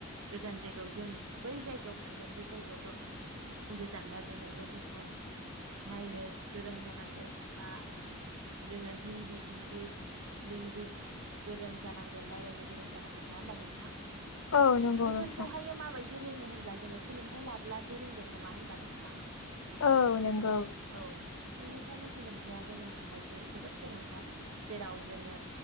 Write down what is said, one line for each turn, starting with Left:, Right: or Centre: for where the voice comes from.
Right: गोजान जायगायाव जों बै जायगायाव थांगोन बे जायगायाव गोजानबा जोङो लकेसन नायनो गोरों जानांगोन बा जोङो हिन्दी इंलिस लेंगुवेज गोरों जानांगोन रायजलायनो गोरों जानांगोन नङा होमबा नोंथां
Left: औ नंगौ
Right: बैफोरखौहायो
Left: नोंथां
Right: माबायदि रोङो होनब्ला जोङो सोलोंथाइ लाब्लासो रोंगोन नङा होनबा नोंथां
Left: औ नंगौ
Right: औ बेनिखायनो सोलोंथाइया जोंनि थाखाय जोबोद गोनांथार जेराव जोङो